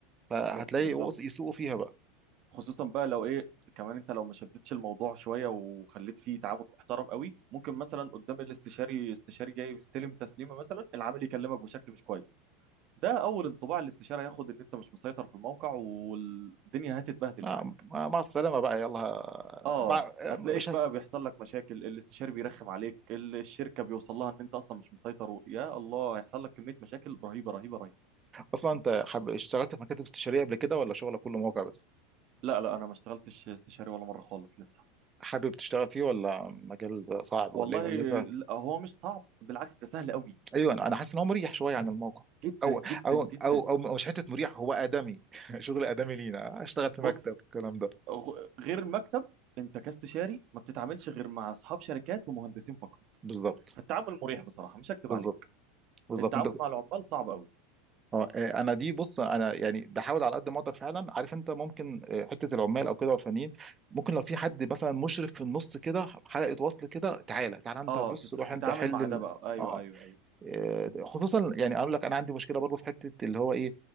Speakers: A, on the right (about 20°); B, on the right (about 50°).
A: فهتلاقي
B: بالظبط بالظبط
A: يقص- يسوقوا فيها بقى
B: خصوصا بقى لو ايه كمان انت لو ما شدتش الموضوع شوية وخليت فيه تعامل محترم قوي ممكن مثلا قدام الاستشاري استشاري جاي بيستلم تسليمة مثلا العامل يكلمك بشكل مش كويس ده اول انطباع الاستشاري هياخد ان انت مش مسيطر في الموقع والدنيا هتتبهدل
A: نعم.
B: معاك
A: آه، مع السلامة بقى يلا
B: اه
A: بقى
B: هتلاقيك
A: مش هي...
B: بقى بيحصل لك مشاكل الاستشاري بيرخم عليك ال- الشركه بيوصل لها ان انت اصلا مش مسيطر و... يا الله هيحصل لك كميه مشاكل رهيبه رهيبه رهيبه
A: أصلا أنت حب... اشتغلت في مكاتب استشارية قبل كده ولا شغلك كله موقع بس؟
B: لا لا انا ما اشتغلتش استشاري ولا مره خالص لسه
A: حابب تشتغل فيه ولا مجال صعب
B: والله
A: ولا إيه ولا أنت
B: لا، هو مش صعب بالعكس ده سهل قوي
A: أيوه أنا أنا حاسس إن هو مريح شوية عن الموقع
B: جدا
A: أو
B: جدا
A: أو
B: جدا
A: أو أو مش حتة مريح هو آدمي <laughs> شغل آدمي لينا أشتغل في
B: بص
A: مكتب الكلام ده
B: غ- غير المكتب انت كاستشاري ما بتتعاملش غير مع اصحاب شركات ومهندسين فقط
A: بالظبط
B: فالتعامل مريح بصراحه مش هكذب
A: بالظبط
B: عليك
A: بالظبط
B: التعامل
A: أنت
B: مع العمال صعب قوي
A: اه آه، انا دي بص انا يعني بحاول على قد ما اقدر فعلا عارف انت ممكن آه، حته العمال او كده والفنيين ممكن لو في حد مثلا مشرف في النص كده حلقه وصل كده تعالى تعالى انت
B: اه
A: بص
B: تت-
A: روح
B: تتعامل
A: انت حل
B: مع
A: ال...
B: ده بقى ايوه
A: اه
B: ايوه ايوه
A: آه، خصوصا يعني اقول لك انا عندي مشكله برضو في حته اللي هو ايه